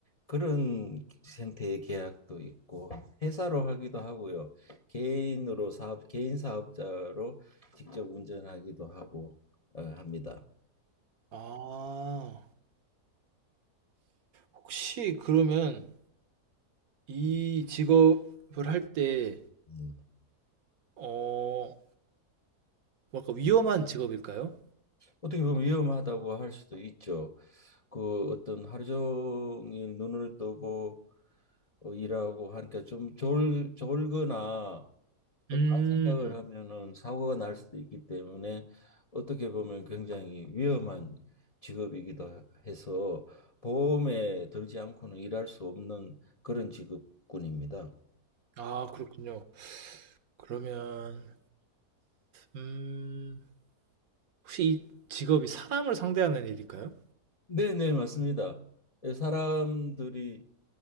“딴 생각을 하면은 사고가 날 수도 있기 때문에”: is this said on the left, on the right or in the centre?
Left